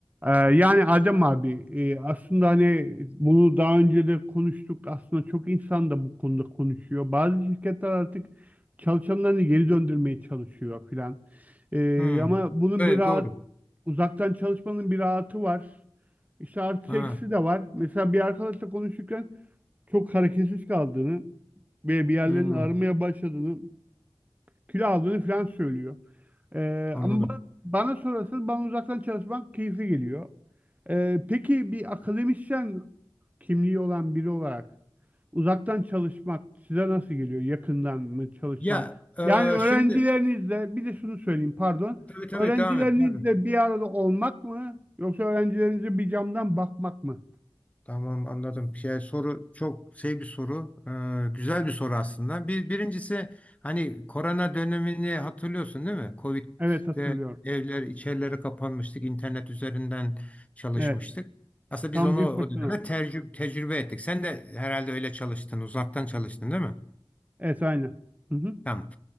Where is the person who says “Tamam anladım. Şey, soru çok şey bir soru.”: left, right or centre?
Left